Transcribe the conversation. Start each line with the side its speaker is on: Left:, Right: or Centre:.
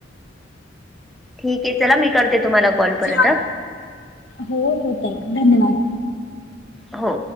Centre: ठीक आहे चला मी करते तुम्हाला. कॉल परत
Left: चाल हो होत आहे धन्यवाद.
Centre: हो